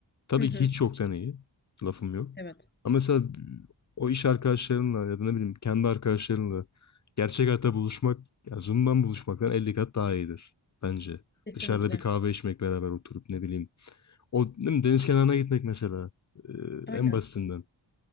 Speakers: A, on the left (about 40°); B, on the left (about 25°).
A: Tabii
B: Hı hı.
A: ki hiç yoktan iyi. Lafım yok.
B: Evet,
A: Ama mesela o iş arkadaşlarınla ya da ne bileyim kendi arkadaşlarınla gerçek hayatta buluşmak, ya Zoom'dan buluşmaktan 50 kat daha iyidir bence.
B: kesinlikle.
A: Dışarıda bir kahve içmek beraber oturup ne bileyim. O değil mi, deniz kenarına gitmek mesela eee,
B: Aynen.
A: en basitinden.